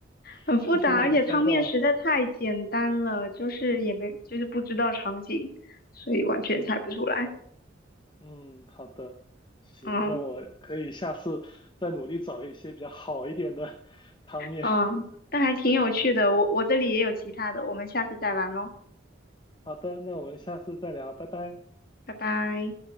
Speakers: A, on the left; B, on the left.
A: <laughs>
B: 很复杂，
A: 这真的能猜到。
B: 而且汤面实在太简单了，就是也没就是不知道场景，所以完全猜不出来。
A: 嗯嗯，好的，行，
B: 嗯。
A: 那我可以下次再努力找一些比较好一点的汤面。
B: 嗯，但还挺有趣的。我我这里也有其他的，我们下次再玩喽，
A: 好的，那我们下次再聊，拜拜。
B: 拜拜。